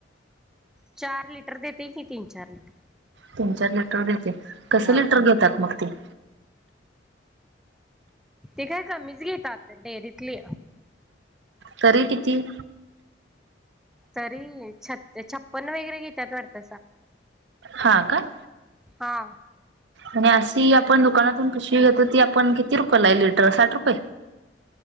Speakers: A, in the centre; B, on the right.
A: चार लिटर देेते की तीन चार लिटर
B: तीन चार लिटर देते कसं
A: हा
B: लिटर घेतात मग ते ते
A: ते काय कमीच घेतात डेअरीतली
B: तरी किती
A: तरी छ छप्पन वगैरे घेतात वाटत
B: हा का
A: हा
B: आणि अशी आपण दुकानातून पिशवी घेतो ती आपण किती रुपयेला आहे लिटर साठ रुपये